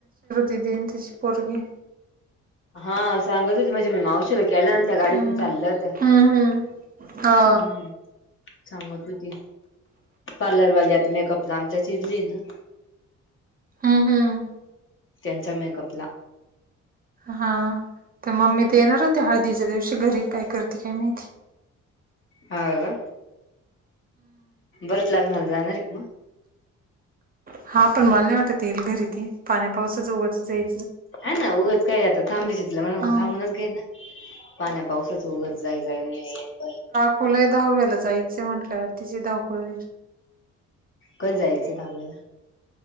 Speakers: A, on the right (about 30°); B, on the left (about 40°).
A: <unintelligible> तिझी पोरगी.
B: हा सांगत होते माझ्या मी मावशीला ग केलं ना त्या गाडीतून
A: हम्म
B: चाललं होत्या.
A: हम्म हम्म हा
B: हम्म सांगत होती पार्लरवाली आता मेकअप आमच्या शी.. ना
A: हम्.. हम्
B: त्यांच्या मेकअपला
A: हा.. तर मम्मी ते येणार होती हळदीच्या दिवशी घरी काय करते काय माहिती.
B: हा.. का.. भरत लग्नाला जाणार का मग?
A: हा पण मला नाही वाटत येईल घरी इथे पाण्या- पावसाच उगाचच जाईल.
B: हा ना उगंच काय जात थांबली चितलं मग
A: हा
B: थांबूनच घे ना पाण्या.. पावसच उगच जाय- जाय, ये -ये परत.
A: कोणाच्या दहाव्याला जायचं म्हटलं तिची धावपळ होईल.
B: कधी जायचं दहाव्याला.